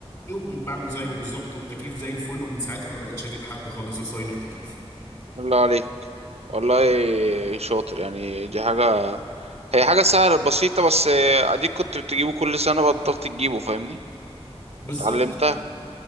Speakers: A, on the left; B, on the right.
A: ايه وبقيت بعمل زيه بالظبط والتكييف زي الفل ومن ساعتها ما بقتش اجيب حد خالص يصين التكييف
B: الله عليك والله شاطر يعني دي حاجة هي حاجة سهلة بسيطة بس آه، اديك كنت بتجيبه كل سنة بطلت تجيبه فاهمني
A: بالظبط
B: اتعلمتها